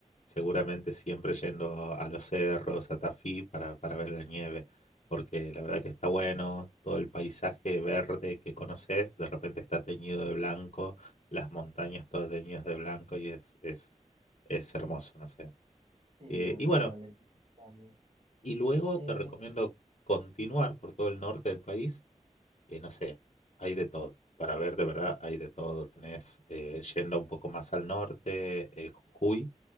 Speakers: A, on the left (about 60°); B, on the right (about 50°).
A: seguramente siempre yendo a los cerros, a Tafí para, para ver la nieve, porque la verdad que está bueno, todo el paisaje verde que conoces, de repente está teñido de blanco, las montañas todas teñidas de blanco y es, es, es hermoso, no sé.
B: Sí,
A: Eh,
B: la
A: y
B: naturaleza
A: bueno,
B: es un cambio.
A: y luego
B: Eh,
A: te recomiendo continuar por todo el norte del país y no sé, hay de todo. Para ver, de verdad, hay de todo. Tenés, eh, yendo un poco más al norte, eh, Jujuy,